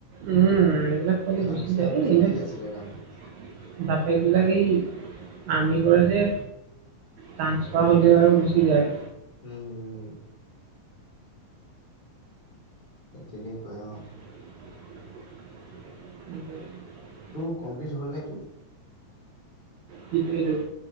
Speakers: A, on the right; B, on the left.
A: উম, এইবিলাক পোৱালি
B: ঘনশ্যাম
A: গুচি যায় এই
B: নে
A: এইবিলাক
B: কি আছিলে নামটো
A: বাপেকবিলাকেই আৰ্মি কৰে যে ট্ৰান্সফাৰ
B: উম
A: হলে আৰু গুচি যায়।
B: উম, হুম, তেনেকুৱা অ',
A: সেইটোৱে
B: তইও <unintelligible> হ'ল নে এইটো?
A: সেইটোৱেতো